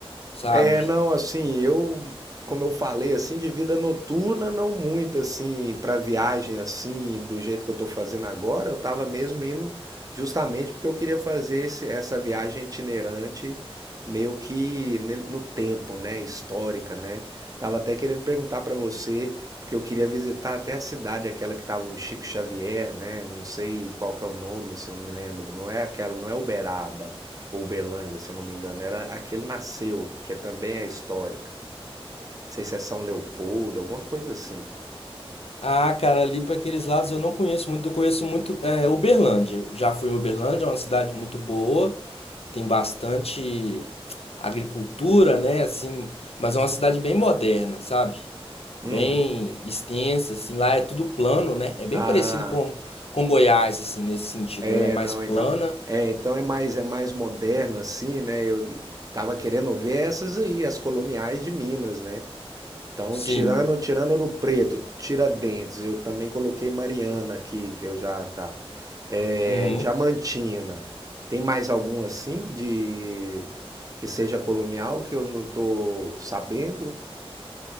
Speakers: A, on the left (about 75°); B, on the right (about 35°).
A: sabe?
B: É, não, assim, eu, como eu falei, assim, de vida noturna, não muito, assim, para viagem, assim, do jeito que eu tô fazendo agora, eu tava mesmo indo justamente porque eu queria fazer esse- essa viagem itinerante meio que ne- no tempo, né, histórica, né? Tava até querendo perguntar para você, porque eu queria visitar até a cidade, aquela que tava o Chico Xavier, né? Não sei qual que é o nome, se eu não me lembro. Não é aquela, não é Uberaba ou Belândia, se eu não me engano, era aquele nasceu, que é- também é histórica. Não sei se é São Leopoldo, alguma coisa assim.
A: Ah, cara, ali para aqueles lados eu não conheço muito. Eu conheço muito é, Uberlândia. Já fui em Uberlândia, é uma cidade muito boa, tem bastante agricultura, né? Assim, mas é uma cidade bem moderna, sabe? Bem
B: Hum.
A: extensa, assim. Lá é tudo plano, né? É bem
B: Ah,
A: parecido com, com Goiás, assim, nesse sentido.
B: é,
A: Ela é mais
B: não,
A: plana,
B: então. É, então é mais é mais moderno assim, né? Eu tava querendo ver essas aí, as coloniais de Minas, né? Então,
A: sim.
B: tirando, tirando Ouro Preto, Tiradentes, eu também coloquei Mariana aqui, que eu já tá. É,
A: Uhum.
B: Diamantina. Tem mais algum assim de que seja colonial que eu não tô sabendo?